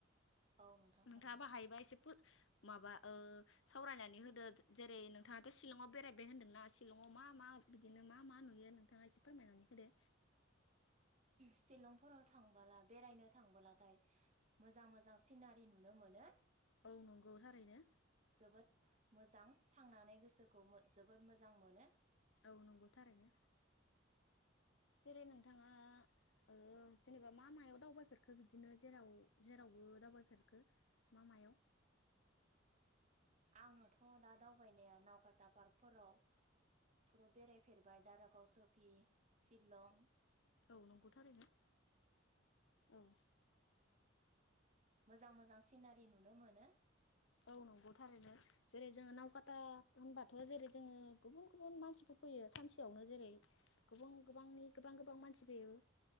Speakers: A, on the right; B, on the left.
A: औ नोंथां
B: नोंथाङाबो
A: थारैनो
B: हायोबा एसे फो माबा ओ सावरायनानै होदो जेरै नोंथाङाथ शिलंआव बेरायबाय होनदोंना शिलंआव मा मा बिदिनो मा मा नुयो नोंथाङा एसे फोरमायनानै होदो।
A: शिलंफोराव थांबोला बेरायनो थांबोलाथाय मोजां मोजां सिनारि नुनो मोनो।
B: औ नंगौ थारैनो।
A: जोबोद मोजां थांनानै गोसोखौ जोबोद मोजां मोनो।
B: औ नंगौ थारैनो। जेरै नोंथाङा ओ जेनेबा मा मायाव दावबायफेरखो बिदिनो जेराव जेरावबो दावबायफेरखो मा मायाव?
A: आङोथ दा दावबायनाया नावकाता पार्कफोरावफोराव बेरायफेरबाय दारागाव चकि सिशलं‌
B: औ नंगौथारैनो औ।
A: मोजां मोजां सिनारि नुनो मोनो।
B: औ नंगौथारैनो जेरै जोङो नावकाथा होनबा थ जेरै जोङो गुबुन गुबुन मानसिफोर फैयो सानसेयावनो जेरै गुबुन गोबांनि गोबां गोबां मानसि फैयो